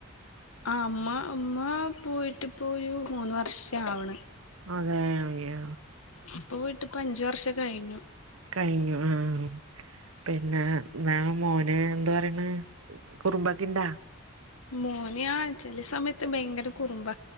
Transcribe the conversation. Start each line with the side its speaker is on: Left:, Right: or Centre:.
Left: ആഇമ്മഇമ്മപോയിട്ടിപ്പോരുമൂന്ന് വർഷാവണ്
Right: അതെഹ്
Left: ഇപ്പപോയിട്ട്പ്പംഅഞ്ച് വർഷം കഴിഞ്ഞു
Right: കഴിഞ്ഞുആഹ്പിന്നെവെമോന് ന്ത് പറയണ് കുറുമ്പൊക്കെണ്ടാ
Left: മോമോന്ആചേലെസമയത്ത് ഭയങ്കരകുറുമ്പ